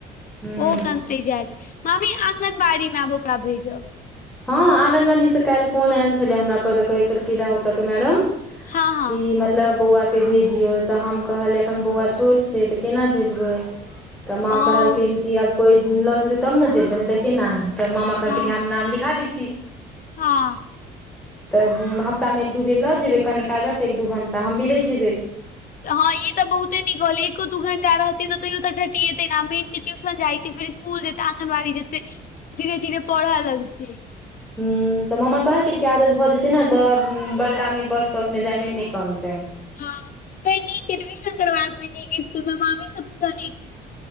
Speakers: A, in the centre; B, on the left (about 55°).
A: हुँ
B: ओ अखैन की जायत, मामी आङगनबाड़ी मे आब ओकरा भेजब।
A: हँ आँगनबाड़ी से काल्हि फोन आयल छलै हमरा पर तऽ कहै छलखीन रहै ओतऽ के मैडम कि मतब
B: हँ हँ
A: मतलब बौआके भेजियौ तऽ हम कहलियै एखन बौआ छोट छै तऽ केना भेजबै तऽ माँ
B: ओ
A: कहलखिन की आब कोई लऽ जेते तब ने जेते ने देखे ने तऽ मामा कहलखिन
B: हँ
A: हम नाम लिख लिखा दै छी।
B: हँ।
A: तऽ हफ्तामे एक दू बेर लऽ जेबै कनी काल रहतै एक दू घण्टा हम भी रहि जेबै
B: हँ ई तऽ बहुते निक कहलियै एको दू घंटा रहतै तैयो तऽ घटियेते ने मेन छै ट्यूशन जाय छै फेर स्कूल जेकां आंगनबाड़ी जेतै धीरे धीरे पढ़य लगतै।
A: हं तऽ मामा कहलखिन कि आदत भऽ जेतै ने तऽ बड़का मे बस तसमे जायमे नै कनतै।
B: ह फेर नीक एडमिशन करबा देबै, नीक स्कूल मे मामी सबसँ नीक